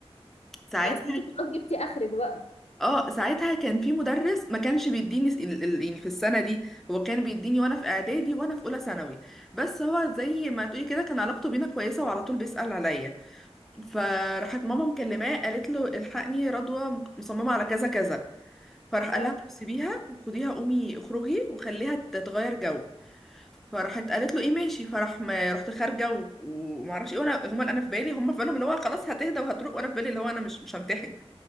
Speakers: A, in the centre; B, on the left.
A: ساعتها
B: اصل انت خلاص جبتي اخرك بقى
A: اه ساعتها كان في مدرس ما كانش بيديني س- ال- ال- يعني في السنه دي هو كان بيديني وانا في اعدادي وانا في اولى ثانوي بس هو زي ما تقولي كده كان علاقته بينا كويسه وعلى طول بيسأل عليا فراحت ماما مكلماه قالت له الحقني رضوى مصممه على كذا كذا فراح قال
B: اه
A: لها طب سيبيها وخديها قومي اخرجي وخليها تتغير جو فراحت قالت له ايه ماشي فراح ما رحت خارجه و- وما اعرفش ايه وانا هما انا في بالي هما في بالهم اللي هو خلاص هتهدى وهتروق وانا في بالي اللي هو انا مش مش همتحن